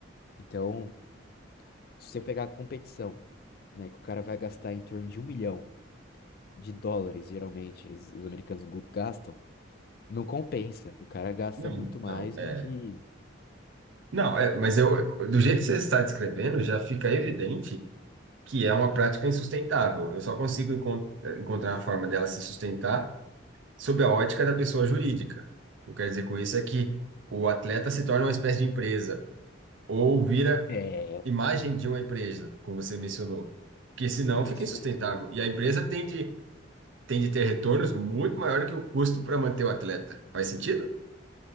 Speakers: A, on the left; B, on the right.
A: Então, se você pegar a competição, né, que o cara vai gastar em torno de um milhão de dólares, geralmente, es- os americanos gu- gastam, não compensa. O cara gasta
B: Não,
A: muito mais
B: não, é.
A: do que.
B: Não, é, mas eu, do jeito que você está descrevendo, já fica evidente que é uma prática insustentável. Eu só consigo encont- encontrar a forma dela se sustentar sob a ótica da pessoa jurídica. O que eu quero dizer com isso é que o atleta se torna uma espécie de empresa ou vira
A: É,
B: imagem de uma empresa, como você mencionou. Porque senão
A: é
B: fica
A: isso
B: insustentável.
A: mesmo.
B: E a empresa tem de, tem de ter retornos muito maior que o custo para manter o atleta. Faz sentido?